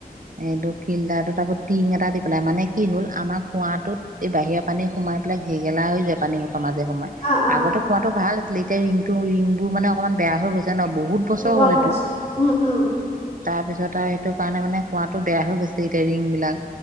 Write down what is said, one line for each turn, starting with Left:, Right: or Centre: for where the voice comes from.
Right: এইটো ফিল্টাৰটোত আকৌ টিং এটা দি পেলাই মানে কি হ'ল আমাৰ কুঁৱাটোত এই বাহিৰৰ পানী সোমাই পেলাই ঘেগেলা হৈ যায় পানী মাজে সময়ে
Left: অ অ
Right: আগতে কুঁৱাটো ভাল এতিয়া ৰিংটো ৰিং বোৰ মানে অকণমান বেয়া হৈ গৈছে। জান বহুত বছৰ
Left: গম
Right: হ'ল এইটো
Left: পাইছো উম উম
Right: তাৰপিছত আৰু সেইটো কাৰণে মানে কুঁৱাটো বেয়া হৈ গৈছে এতিয়া ৰিং বিলাক।